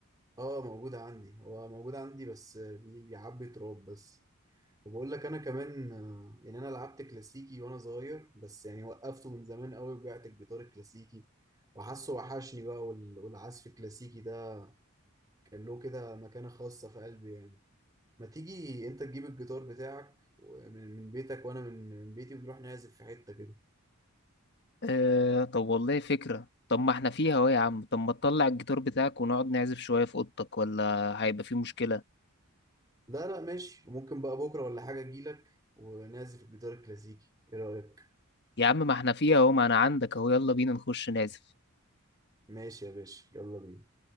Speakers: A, on the right; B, on the left.
A: اه موجودة عندي هو موجود عندي بس بي- بيعبي تراب بس وبقول لك انا كمان آه، يعني انا لعبت كلاسيكي وانا صغير بس يعني وقفته من زمان قوي وبعت الجيتار الكلاسيكي وحاسه وحشني بقى وال- والعزف الكلاسيكي ده كان له كده مكانة خاصة في قلبي يعني ما تيجي انت تجيب الجيتار بتاعك من من بيتك وانا من من بيتي ونروح نعزف في حتة كده
B: آه طب والله فكرة طب ما احنا فيها اهو يا عم طب ما تطلع الجيتار بتاعك ونقعد نعزف شوية في اوضتك ولا هيبقى في مشكلة
A: لا لا ماشي وممكن بقى بكرة ولا حاجة اجيلك ونعزف الجيتار الكلاسيكي ايه رأيك
B: يا عم ما احنا فيها اهو ما انا عندك اهو يلا بينا نخش نعزف
A: ماشي يا باشا يلا بينا